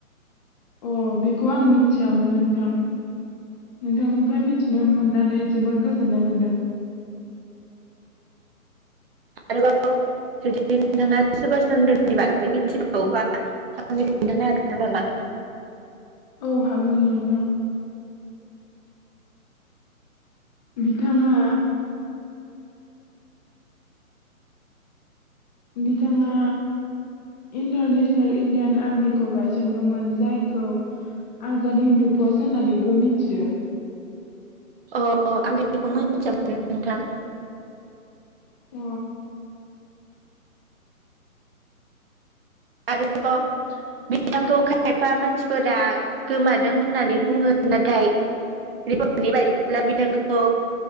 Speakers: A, on the left; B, on the right.
A: अ बेखौ आं मिथियामोन नोंथां नोंथांनिफ्राय मिथिनो मोन नानै जोबोद गोजोननाय मोनदों
B: आरोबाव जुदि नोंथाङा सुभास चन्द्रनि बागै मिथिबावोबा आंनो खोन्थानो हागोन नामा?
A: औ हागोन नोंथां। बिथाङा बिथाङा इन्टारनेसनेल इण्डियान आर्मिखौ गायसनदोंमोन जायखौ आजाद हिन्दु फौज होननानैबो मिथियो।
B: अ आं बेखौ मोनथियामोन नोंथां।
A: अ
B: आरोबाव बिथांखौ खायफा मानसिफोरा गोमादों होननानै बुङो नाथाय रिपर्टनि बायदिब्ला बिथांखौ